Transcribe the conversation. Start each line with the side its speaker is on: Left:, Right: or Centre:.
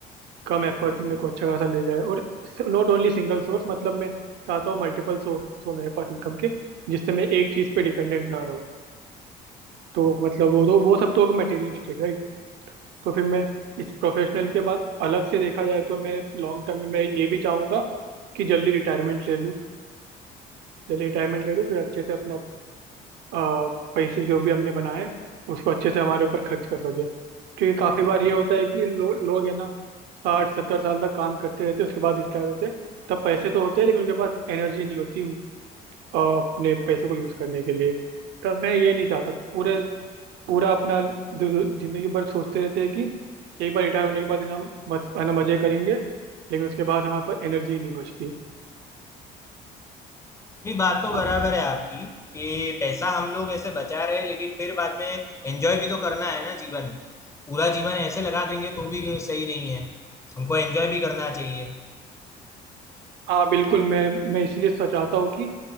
Right: कम एफर्ट में मेरे को अच्छा खासा मिल जाए और नॉट ओनली सिंगल सोर्स मतलब मैं चाहता हूँ मल्टीपल सोर्स हो मेरे पास इनकम के जिससे मैं एक चीज़ पे डिपेंडेंट ना रहूँ तो मतलब वो तो वो सब तो होगा मटेरियलिस्टिक राइट तो फिर मैं इस प्रोफेशनल के बाद अलग से देखा जाए तो मैं लॉन्ग टर्म में मैं ये भी चाहूँगा कि जल्दी रिटायरमेंट ले लूँ जल्दी रिटायरमेंट ले लूँ फिर अच्छे से अपना अ, पैसे जो भी हमने बनाए उसको अच्छे से हमारे ऊपर खर्च कर सके क्योंकि काफ़ी बार ये होता है कि लो, लोग है ना साठ सत्तर साल तक काम करते रहते हैं, उसके बाद रिटायर होते हैं। तब पैसे तो होते हैं लेकिन उनके पास एनर्जी नहीं होती उन- अ, अपने पैसों को यूज़ करने के लिए तब मैं ये नहीं चाहता पूरे पूरा अपना दि- जिंदगी भर सोचते रहते हैं कि एक बार रिटायर होने के बाद है ना हम मस है ना मज़े करेंगे लेकिन उसके बाद हमारे पास एनर्जी नहीं बचती
Left: नहीं बात तो
Right: हम
Left: बराबर है आपकी कि पैसा हम लोग ऐसे बचा रहे हैं लेकिन फिर बाद में एंजॉय भी तो करना है ना जीवन में पूरा जीवन ऐसे लगा देंगे तो भी सही नहीं है हमको एंजॉय भी करना चाहिए
Right: हाँ बिल्कुल मैं मैं इसलिए सोच- चाहता हूँ कि